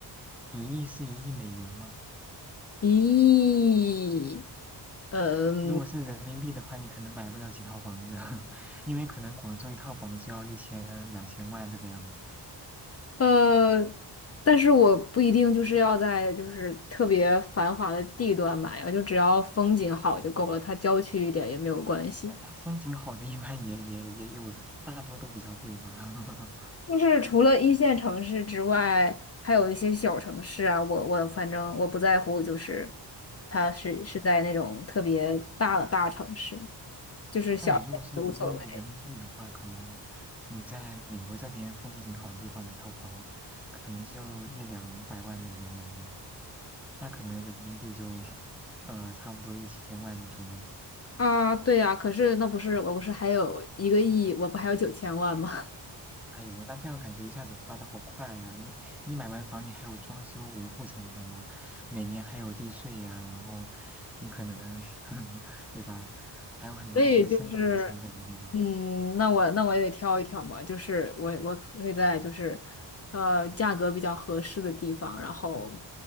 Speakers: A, in the centre; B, on the left (about 35°).
A: 一亿是一亿美元吗？
B: 咦，嗯
A: 如果是人民币的话，你可能买不了几套房子啊，<laughs> 因为可能广州一套房就要一千两千万这个样子。
B: 呃，但是我不一定就是要在就是特别繁华的地段买啊，就只要风景好就够了，它郊区一点也没有关系。
A: 那那风景好的，一般也也也有的，大多都比较贵吧。<laughs>
B: 就是除了一线城市之外，还有一些小城市啊，我我反正我不在乎，就是它是是在那种特别大的大城市，就是小一点也无所谓
A: 那你如果是一亿人民币的话，可能你在美国这边风景好的地方买套房，可能就一两百万美元没了，那可能人民币就呃差不多一千万左右。
B: 啊。对呀，可是那不是我不是还有一个亿，我不还有九千万吗？
A: 哎呦，那这样感觉一下子花的好快呀！你你买完房，你还有装修维护成本啊，每年还有地税呀，然后你可能 <laughs> 对吧，还有很多那些生活成本，
B: 所以就是，
A: 对吧？
B: 嗯，那我那我也得挑一挑嘛，
A: 嗯
B: 就是我我会在就是，呃，价格比较合适的地方，然后，